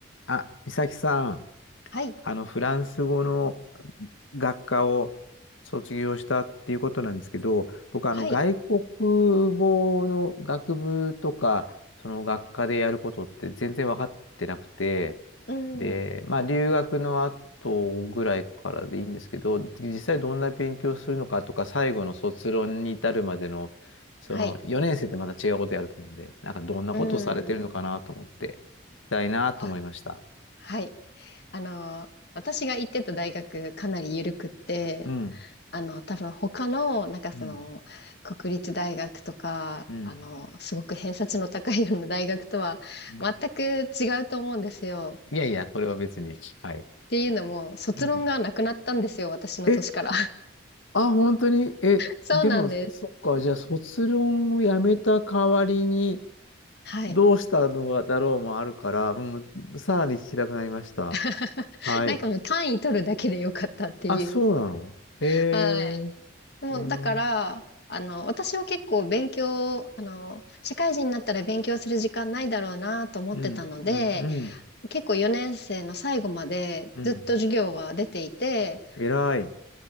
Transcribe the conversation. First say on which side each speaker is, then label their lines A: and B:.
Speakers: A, on the left (about 80°); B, on the left (about 55°).
A: あ、美咲さん、
B: はい、
A: あの、フランス語の学科を卒業したっていうことなんですけど、僕、あの、
B: はい、
A: 外国語の学部とか、その学科でやることって全然分かってなくて、
B: うん、
A: で、まあ、留学の後ぐらいからでいいんですけど、実際どんな勉強するのかとか、最後の卒論に至るまでの、その4年生ってまた違うことやると思うんで、
B: はい、
A: なんかどんなことをされてるのかなと思って、
B: うん。
A: 聞きたいなと思いました。
B: あ、はい。あの、私が行ってた大学かなり緩くって、
A: うん、
B: あの、多分他の、なんかその、
A: うん、
B: 国立大学とか、
A: うん。
B: あの、すごく偏差値の高いような大学とは全く違うと思うんですよ。
A: うんいやいや、それは別に。はい。
B: っていうのも、卒論がなくなったんですよ、
A: うん。
B: 私の年から。
A: え、
B: <laughs>
A: あ、本当にえ、
B: そうなんです。
A: でも、そっか、じゃあ、卒論をやめた代わりに、
B: はい。
A: どうしたのだろうもあるから、もうん、さらに聞きたくなりました。
B: <laughs>
A: はい。
B: なんかもう単位取るだけでよかったっていう。
A: あ、そうなのへえ、
B: はい。でも、
A: へえ、
B: だから、あの、私は結構勉強、あの、社会人になったら勉強する時間ないだろうなと思ってたので、
A: うん、うん、うん、
B: 結構4年生の最後までずっと授業は出ていて、
A: うん。偉い。
B: あ